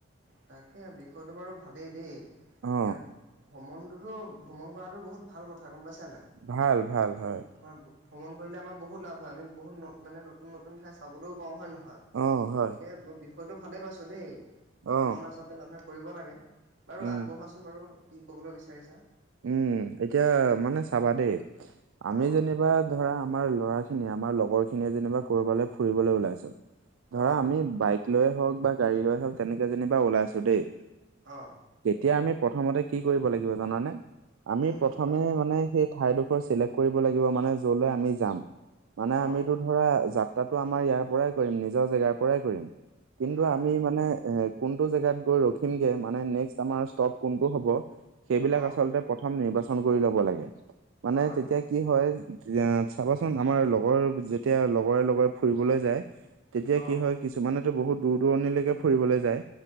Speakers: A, on the right (about 65°); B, on the right (about 80°).
A: তাকে। বিষয়টো বাৰু ভালেই দেই। এতিয়া
B: অ
A: ভ্ৰমণটোতো ভ্ৰমণ কৰাটো বহুত ভাল কথা, গম পাইছা নাই?
B: ভাল ভাল
A: কাৰণ
B: হয়
A: আমাৰ ভ্ৰমণ কৰিলে আমাৰ বহুত লাভ হয়। আমি বহুত মানে নতুন নতুন ঠাই চাবলৈ পাওঁ, হয় নহয়? গতিকে
B: অ হয়
A: বিষয়টো ভালেই পাইছো দেই। ভ্ৰমণ
B: অ
A: আচলতে মানুহে কৰিব লাগে। বাৰু
B: উম
A: আগবঢ়োৱাচোন বাৰু কি ক'বলৈ বিচাৰিছা।
B: উম, এতিয়া মানে চাবা দেই। আমি
A: অঁ
B: যেনিবা ধৰা আমাৰ ল'ৰাখিনিয়ে আমাৰ লগৰ খিনিয়ে যেনিবা ক'বালৈ ফুৰিবলৈ ওলাইছো। ধৰা
A: অঁ
B: আমি বাইক লৈয়ে হওক বা গাড়ী লৈয়ে হওক তেনেকে যেনিবা ওলাইছো দেই।
A: অ।
B: তেতিয়া আমি প্ৰথমতে কি কৰিব লাগিব জানানে? আমি
A: অঁ
B: প্ৰথমে
A: কোৱাচোন
B: মানে সেই ঠাইডোখৰ চিলেক কৰিব লাগিব মানে যলৈ আমি যাম। মানে
A: অঁ
B: আমিতো ধৰা যাত্ৰাটো আমাৰ ইয়াৰ পৰাই কৰিম, নিজৰ জেগাৰ পৰাই কৰিম। কিন্তু
A: হয়
B: আমি
A: হয়
B: মানে এ কোনটো জেগাত গৈ ৰখিমগে মানে নেক্স আমাৰ ষ্টপ কোনটো হ'ব সেইবিলাক
A: অঁ
B: আচলতে প্ৰথম নিৰ্বাচন কৰি ল'ব লাগে। মানে
A: হয়
B: তেতিয়া
A: অঁ
B: কি হয় য়া চাবাচোন। আমাৰ লগৰ যেতিয়া লগৰে লগৰে ফুৰিবলৈ যায় তেতিয়া
A: অঁ
B: কি হয়। কিছুমানেতো বহুত দূৰ দূৰণিলৈকে ফুৰিবলৈ যায়।